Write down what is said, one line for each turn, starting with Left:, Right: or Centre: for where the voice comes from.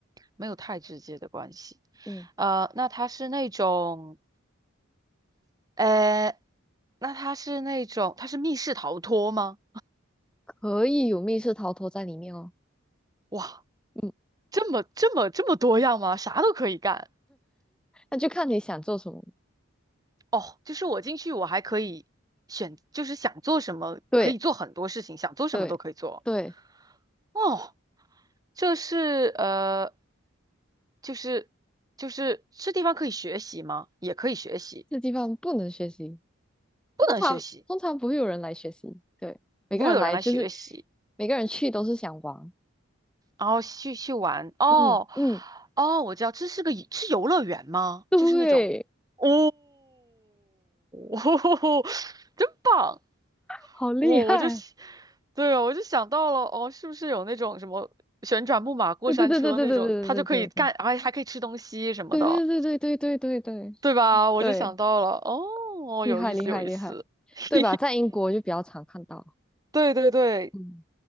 Right: 没有太直接的关系。
Centre: 嗯，
Right: 呃，那它是那种，呃，那它是那种，它是密室逃脱吗？
Centre: 可以有密室逃脱在里面哦。
Right: 哇，
Centre: 嗯，
Right: 这么这么这么多样吗？啥都可以干。
Centre: 那就看你想做什么。
Right: 哦，就是我进去，我还可以选，就是想做什么可以做很多事情，
Centre: 对
Right: 想做什么都可以做。
Centre: 对对，
Right: 哦，这是呃，就是就是这地方可以学习吗？也可以学习，
Centre: 这地方不能学习，
Right: 不能学习，
Centre: 通常通常不会有人来学习。对，每个人来就是
Right: 不会有人来学习。
Centre: 每个人去都是想玩。
Right: 然后去去玩。哦，
Centre: 嗯嗯，
Right: 哦，我知道，这是个是游乐园吗？
Centre: 对，
Right: 就是那种，哦，<laughs> 真棒！
Centre: 好厉害。
Right: 我、我就喜，对啊，我就想到了，哦，是不是有那种什么旋转木马过山车那种，
Centre: 对对对对对对对对对
Right: 它就可以干，还还可以吃东西什么的，
Centre: 对对对对对对对对
Right: 对吧？我就想到了，
Centre: 对。
Right: 哦，
Centre: 厉害厉害厉害，
Right: 有意思，有意思，<laughs>
Centre: 对吧？在英国就比较常看到。
Right: 对对对。
Centre: 嗯，